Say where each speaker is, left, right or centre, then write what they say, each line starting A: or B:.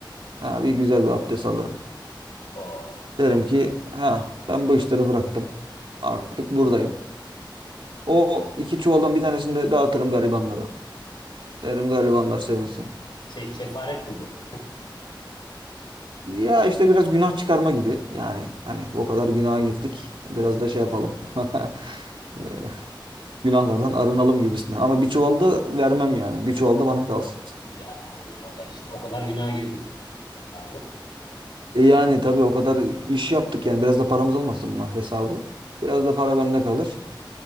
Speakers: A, on the right; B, on the left.
A: Ha, bir güzel bir abdest alırım.
B: O
A: Derim ki ha ben bu işleri bıraktım. Artık buradayım. O iki çuvaldan bir tanesini de dağıtırım garibanlara. Derim garibanlar sevinsin.
B: şey kefaret mi bu?
A: Ya işte biraz günah çıkarma gibi. Yani hani o kadar günaha girdik. Biraz da şey yapalım. <laughs> Ee, Günahlardan arınalım gibisinden. Ama bir çuval da vermem yani. Bir çuval da bana kalsın.
B: Ya aynen o da işte o kadar günaha girdi hesabı.
A: E yani tabii o kadar iş yaptık yani. Biraz da paramız olmasın mı hesabı? Biraz da para bende kalır.